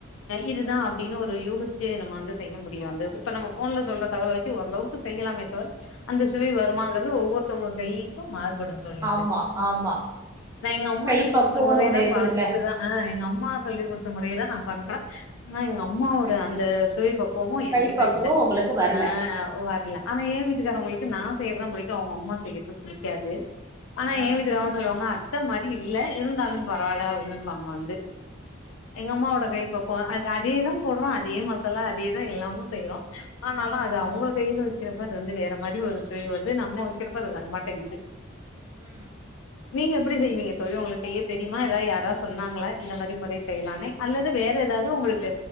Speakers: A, on the left (about 90°); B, on the right (about 15°).
A: இதுதா அப்டினு ஒரு யூகிச்சு நம்ம வந்து செய்ய முடியு வந்து இப்ப நம்ம ஃபோன்ல சொல்ற தகவல வெச்சி ஓரளவுக் கு செய்யலாமே தவர அந்த
B: ம்
A: சுவை வருமாங்கறது ஒவ்வொருத்தவங்க கைக்கு மாறுபடும் தோழி வந்து
B: ஆமா ஆமா
A: நா எங்கம்மா
B: கை
A: சொல்லி்
B: பக்குவோன்னு
A: குடுத்த முறை
B: ஒண்ணு
A: தா
B: இருக்குதுல்ல
A: பாத்து தா ஆ எங்கம் மா சொல்லிக் குடுத்த முறைய தா நா பண்றே ஆனா எங்கம்மாவோட அந்த சுவைப்பக் குவமு எங்ககிட்ட
B: கை பக்குவோ
A: இல்ல
B: உங்களுக்கு வரல
A: ஆ வர்ல ஆனா ஏ வீட்டுக்காரவங்கள்க்கு நா செய்யறதா பிடிக்கு அவங்க அம்மா செய்யறது பிடிக்காது ஆனா
B: ஆ
A: எ வீட்டுக்காரங்க சொல்லுவாங்க அத்த மாரி இல்ல இருந்தாலு பரவால்ல அப்டிம்பாங்க வந்து எங்கம்மாவோட கைப்பக்குவோ அது அதே தா போட்றோ அதே மசாலா அதே தா எல்லாமு செய்றோ ஆனாலு
B: ஆ
A: அது அவுங்க கை இர்ந்து வெ க்கிறப்ப அது வந்து வேற மாரி ஒரு சுவை வருது நம்ம வெக்கிறப்ப அது வரமாட்டேங்குது
B: ம்
A: நீங்க எப்பிடி செய்வீங்க தோழி உங்களுக்கு செய்ய தெரியுமா எதா யாரா சொன்னாங்களா இந்த மாதிர் முறை செய்யலானு அல்லது வேற எதாவது உங்களுக்கு